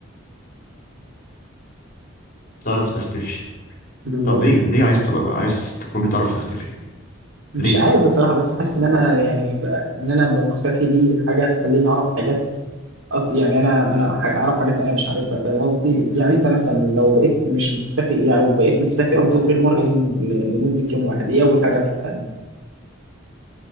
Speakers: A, on the left; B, on the right.
A: تعرف تختفي
B: بالظبط
A: طب ليه ليه عايز تبقى عايز تكون بتعرف تختفي
B: مش
A: ليه
B: عارف الصراحة بس حاسس إن أنا يعني ب- إن أنا أبقى مختفي دي حاجة تخليني أعرف حاجات أك- يعني أنا أنا ح- أعرف حاجات أنا مش عارفها فاهم قصدي؟ يعني أنت مثلا لو بقيت مش مختفي يعني أو بقيت مختفي قصدي غير مرئي لم- ل- لمدة يوم واحد إيه أول حاجة هتعملها؟